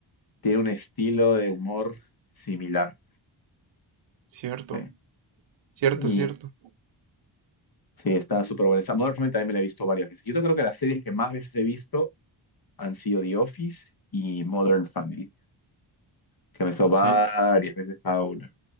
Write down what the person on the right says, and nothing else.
cierto,
cierto,
cierto.
Sí,